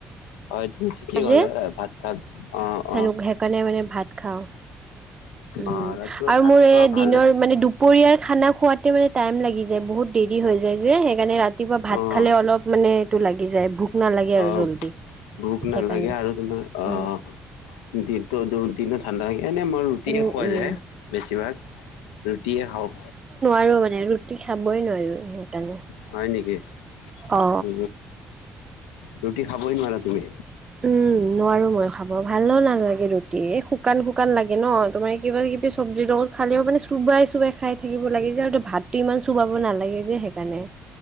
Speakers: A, on the left; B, on the right.
A: অ একদম ঠিকেই
B: যে
A: গ'ল আৰু ভাত তাত অ
B: সেনে
A: অ
B: সেইকাৰণে মানে ভাত খাওঁ। উম
A: অ' ৰাতিপুৱা
B: আৰু
A: ভাত
B: মোৰ
A: খোৱা
B: এই দিনৰ
A: ভালে।
B: মানে দুপৰীয়াৰ খানা খোৱাতে মানে টাইম লাগি যায় বহুত দেৰি হৈ যায় যে সেইকাৰণে ৰাতিপুৱা ভাত
A: অ'
B: খালে অলপ মানে এইটো লাগি যায় ভোক নালাগে
A: অ'
B: আৰু জল্দি
A: ভোক নালাগে
B: সেইকাৰণে
A: আৰু তোমাৰ অ
B: উম
A: দিনটো দিনো ঠাণ্ডা থ এনেই মই ৰুটিয়ে
B: উম
A: খোৱা
B: উম
A: যায় বেছিভাগ ৰুটিয়ে খাওঁ।
B: আৰু মানে ৰুটি খাবই নোৱাৰো সেইকাৰণে
A: হয় নেকি
B: অ
A: উ ৰুটি খাবই নোৱাৰা তুমি
B: উম নোৱাৰো মই খাব ভালো নালাগে ৰুটি এ শুকান শুকান লাগে ন তোমাৰ কিবা কিবি চব্জিৰ লগত খালেও মানে চোবাই চোবাই খাই থাকিব লাগে ভাতটো ইমান চুবাব নালাগে যে সেইকাৰণে